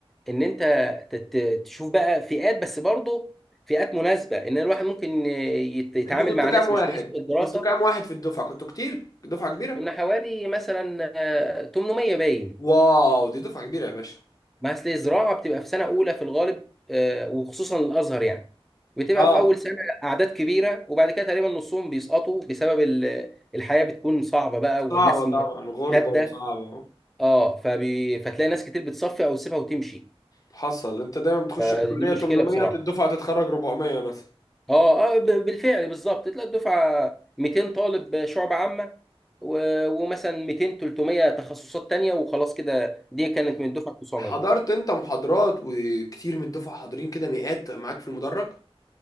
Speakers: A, in the centre; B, on the left.
A: ان انت تت- تشوف بقى فئات بس برضو فئات مناسبه ان الواحد ممكن يت- يتعامل
B: انتوا كنتوا
A: مع
B: كام
A: ناس
B: واحد
A: مش كويسه في الدراسه
B: كنتوا كام واحد في الدفعه كنتوا كتير دفعه كبيره
A: كنا حوالي مثلا آه، 800 باين
B: واو دي دفعه كبيره يا باشا
A: ما اصل الزراعه بتبقى في سنه اولى في الغالب آه، وخصوصا الازهر يعني بتبقى
B: اه
A: في اول سنه اعداد كبيره وبعد كده تقريبا نصهم بيسقطوا بسبب ال- الحياه بتكون صعبه بقى والناس
B: صعبه طبعا
A: م-
B: غربه
A: شاده
B: وصعبه
A: اه فبي... فتلاقي ناس كتير بتصفي او تسيبها وتمشي
B: حصل انت دايما بتخش
A: فدي
B: الكليه
A: مشكله
B: 800
A: بصراحه
B: الدفعه تتخرج 400 مثلا
A: اه اه ب- بالفعل بالظبط تلاقي الدفعه 200 طالب شعب عامه و... ومثلا 200 300 تخصصات تانية وخلاص كده دي كانت من الدفعه 900
B: حضرت انت محاضرات وكتير من الدفعه حاضرين كده مئات معاك في المدرج